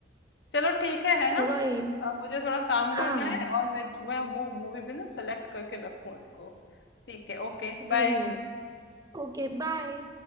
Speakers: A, on the left; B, on the right.
A: चलो ठीक है है ना
B: वही
A: अब मुझे थोड़ा काम
B: हाँ
A: करना है और मैं मैं वो मूवी भी ना सेलेक्ट करके रखूं उसको ठीक है ओके
B: जरूर
A: बाय
B: Okay bye